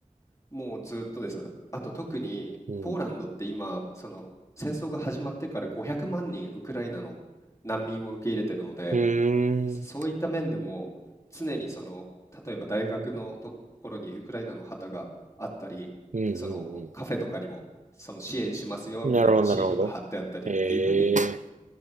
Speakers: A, on the left (about 20°); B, on the right (about 65°).
A: もうずっとですね。あと特にポーランドって今、
B: うん、
A: その戦争が始まってから500万人ウクライナの難民を受け入れてるので、
B: うーん、
A: そういった面でも常にその例えば大学のところにウクライナの旗があったり、
B: うん、うん、う
A: そのカフェとかにもその支援しますよみたいなシールが貼ってあったりっていうふうに
B: ん。なるほど、なるほど。ええ、